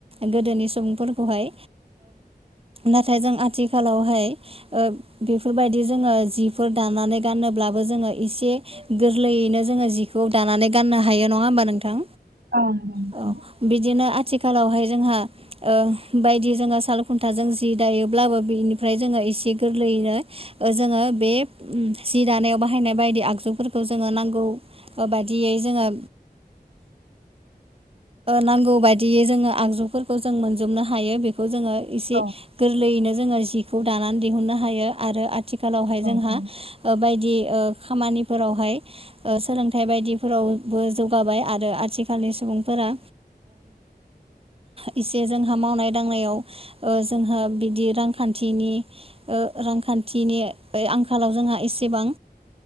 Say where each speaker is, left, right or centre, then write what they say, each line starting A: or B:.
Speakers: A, on the right; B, on the right.
A: गोदोनि सुबुंफोरखौहाय नाथाय जों आथिखालावहाय बेफोरबायदि जोङो जिफोर दानानै गानोब्लाबो जोङो एसे गोरलैयैनो जोङो जि खौ दानानै गाननो हायो नङा होमबा नोंथां
B: औ नंगौ नोंथां
A: औ बिदिनो आथिखालावहाय जोंहा बायदि जोङो साल खुन्थाजों जि दायोब्लाबो बिनिफ्राय जोङो एसे गोर लैयैनो जोङो बे सि दानायाव बाहायनाय बायदि आगजुफोरखौ जोङो नांगौ बादियै जोङो नांगौ बायदियै जोङो आगजु फोरखौ जों मोनजोबनो हायो बेखौ जोङो एसे
B: औ
A: गोरलैयैनो जोङो जि खौ दानानै दिहुननो हायो आरो आथिखालावहाय
B: औ
A: जोंहा
B: नंगौ नोंथां औ नंगौ औ नंगौ औ नंगौ औ नंगौ औ नोंथां औ
A: बायदि खामानिफोरावहाय सोलोंथाइ बायदिफोरावबो जौगाबाय आरो आथिखालनि सुबुं फोरा इसे जोंहा मावनाय दांनायाव जोंहा बिदि रांखान्थिनि रांखानथिनि आंखालाव जोंहा एसेबां